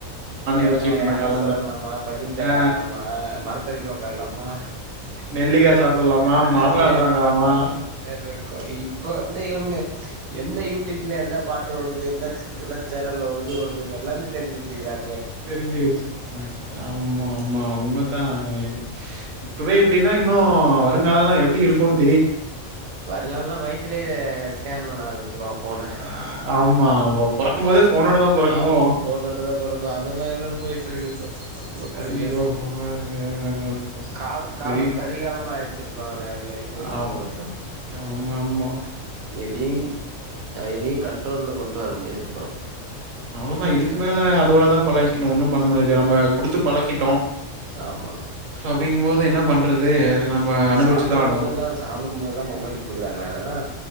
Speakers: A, on the right (about 85°); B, on the right (about 70°).
A: எந்த
B: யோசிச்சுட்டு
A: மாயி
B: இருந்த காலங்கள்
A: ஐஸ் வாங்கலாமா பஞ்சு மிட்டாய்
B: ஆ
A: வாங்கலாமா மரத்தடில ஒக்காரலாமா
B: நெல்லிக்காய் சாப்பிடலாமா
A: ஆஹ்
B: மாமக்காய்
A: புளியாங்கா
B: சாப்பிடலாமா
A: பறிக்கலாமா வேருக்கு இப்ப வந்து இவன்ங்க எந்த யூடியூப்ல எந்த பாட்டு ஓடுது என்ன சே என்ன சேனல்ல ஓடு து ஓடுது எல்லாமே தெரிஞ்வெச்சுக்குறாங்
B: தெரிஞ்சு வெச்சுருக்காங் ஆமா ஆமா உண்மதா எ இப்பவே இப்டின்னா இன்னு ஆ வருங்காலல்லா எப்டி இருக்குனு
A: வருங்கால நா வயித்துலயே ஸ்கேன் பண் ஆரம்பிசிருவா ஃபோன
B: ஆஹ் ஆமா பொறக்கும் போதே ஃபோனோட தான் பொறக்குமோ
A: ஆமா போனுட தா பொறக்கொ அந்த மாதிரிதா போயிட்ருக்கு இப்ப ரொம்ப கொடுமையா
B: ஐயோ!
A: போகுது
B: ஆஹ்
A: கால காலம்
B: பெரிய
A: கதிகாலமா ஆய் சுன்றாங்களே அது மாரி போய்ட்
B: ஆம்.
A: திருபி வெப்பெ
B: ஆமா மா
A: எதையும் எதையு கண்ட்ரோல்ல கொண் வர முடியாது அப்றோ
B: அவ்ளோதா இதுக்கு மேல அதோட தா பழகிக்கணு ஒன்னு பண்ண முடியாது நம்ம குடுத்து பழக்கிட்டோ
A: ஆமா
B: அப்படிங்க போது என்ன பண்றது நம்ம
A: இப்ப
B: அனுபவிச்சு
A: சாப்பிடு
B: தான் ஆகணும்.
A: போதெல்லா சாப்பிடு போதெல்லா மொபைல் குடுக்குறாங்கல்ல அதெல்லா